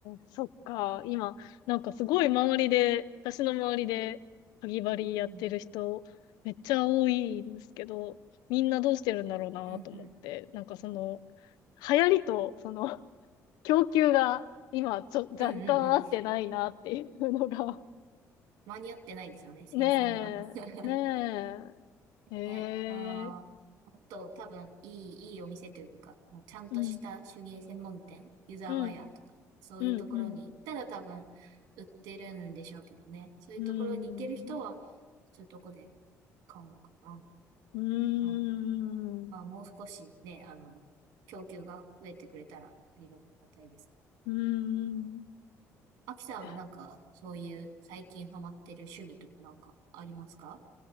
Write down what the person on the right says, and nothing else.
うん、
うん、うん。
うんうんうん。間に合ってないですよね、
生産が。
<laughs>
ね、まあ、もっと多分いい、いいお店というか、もうちゃんとした手芸専門店、
湯沢屋とか、
そういうところに行ったら多分売ってるんでしょうけどね。
そういうところに行ける人は、
そういうとこで買うのかな。
うん、まあ、もう少しね、あの、供給が増えてくれたらありがたいです。
アキさんはなんか、
そういう最近ハマってる趣味とかなんかありますか